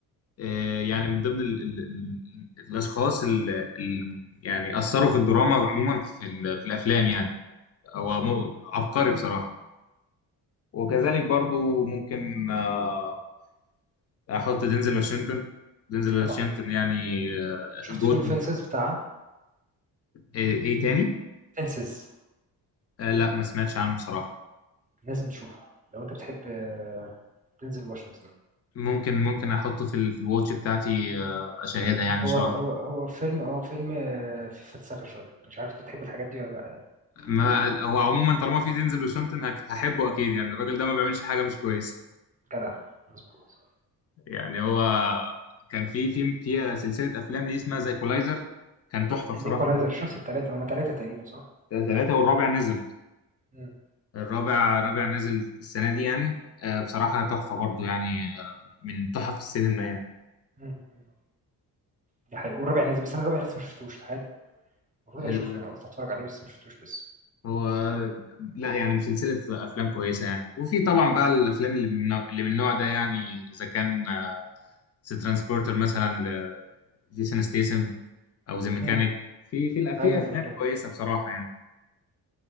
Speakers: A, on the left (about 40°); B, on the right (about 20°).
A: آه،
B: مم.
A: يعني من ضمن ال ال ال الاشخاص اللي يعني اثروا في الدراما عموما في ال- في الافلام يعني هو مو- عبقري بصراحه وكذلك برضو ممكن آه، احط دينزل واشنطن دينزل واشنطن
B: طبعا
A: يعني آه،
B: شفت
A: جوت
B: فيلم فينسز بتاع
A: ايه إيه تاني
B: فينسز
A: آه، لا ما سمعتش عنه بصراحة
B: لازم تشوفه لو انت بتحب آه، دينزل واشنطن
A: ممكن ممكن احطه في ال- في الواتش بتاعتي آه، اشاهدها يعني ان
B: هو
A: شاء
B: هو
A: الله
B: هو فيلم اه فيلم آه، في فلسفة شوية مش عارف انت بتحب الحاجات دي ولا لا
A: ما هو عموما طالما في دينزل واشنطن هك- هحبه اكيد يعني الراجل ده ما بيعملش
B: مم.
A: حاجة مش كويسة
B: جدع مظبوط
A: <laughs> يعني هو كان في في في سلسلة افلام ليه اسمها زي كولايزر كان تحفة بصراحة
B: الايكولايزر
A: برضه
B: شفت الثلاثه هما ثلاثه تقريبا صح؟
A: ثلاثة والرابع نزل
B: مم.
A: الرابع رابع نازل السنة دي يعني آه، بصراحة
B: مم.
A: تحفة برضو يعني آه، من تحف السينما يعني
B: مم. مم. دي حقيقة والرابع نزل بس انا الرابع لسه ما شفتوش تخيل المفروض
A: ال-
B: اشوفه يعني قلت اتفرج عليه بس ما شفتوش لسه
A: هو لا يعني من سلسلة أفلام كويسة يعني وفي طبعا
B: مم.
A: بقى الأفلام اللي من نوع- اللي من النوع ده يعني إذا كان ذا ترانسبورتر مثلا لجيسون ستيسم أو ذا ميكانيك
B: مم.
A: في في الأ- في
B: ايوه
A: أفلام
B: زي ما كان
A: كويسة بصراحة يعني